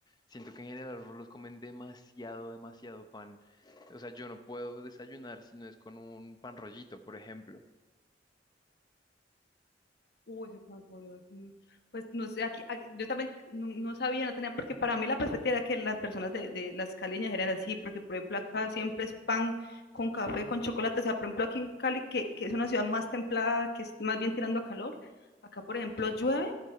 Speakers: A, on the left; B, on the left.
A: Siento que en general los rolos comen demasiado, demasiado pan. O sea, yo no puedo desayunar si no es con un pan rollito, por ejemplo.
B: Uy, ese pan pollo, mm, Pues no sé, aquí, aquí- yo también no, no sabía, no tenía, porque para mí la perspectiva era que las personas de, de las caleñas eran así, porque por ejemplo acá siempre es pan con café, con chocolate, o sea, por ejemplo aquí en Cali, que, que es una ciudad más templada, que es más bien tirando a calor, acá por ejemplo llueve